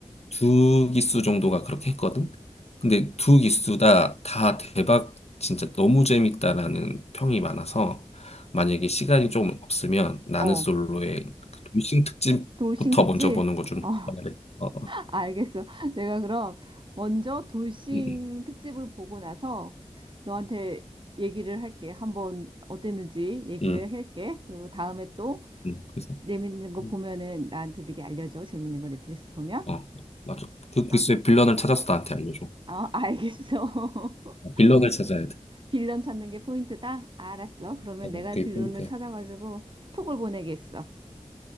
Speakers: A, on the left; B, on the right.
A: 두 기수 정도가 그렇게 했거든. 근데 두 기수 다 다 대박 진짜 너무 재밌다라는 평이 많아서 만약에 시간이 좀 없으면 나는
B: 어.
A: 솔로의 그 돌싱 특집부터
B: 돌싱 특집?
A: 먼저 보는 거 좀
B: <laughs> 어,
A: 추천을 해. 어, 어,
B: 알겠어. 내가 그럼 먼저 돌싱
A: 응, 응,
B: 특집을 보고 나서 너한테 얘기를 할게. 한번 어땠는지 얘기를
A: 응,
B: 할게. 그리고 다음에 또
A: 응. 그래서
B: 재밌는 거
A: 응.
B: 보면은 나한테 미리 알려줘. 재밌는 거 넷플릭스 보면.
A: 어, 맞아. 그 기수의
B: 아,
A: 빌런을 찾아서 나한테 알려줘.
B: 어, 알겠어. <laughs>
A: 어, 빌런을 찾아야 돼.
B: 빌런 찾는 게 포인트다? 알았어. 그러면
A: 어, 그게
B: 내가 빌런을
A: 꿀팁이야.
B: 찾아가지고 톡을 보내겠어.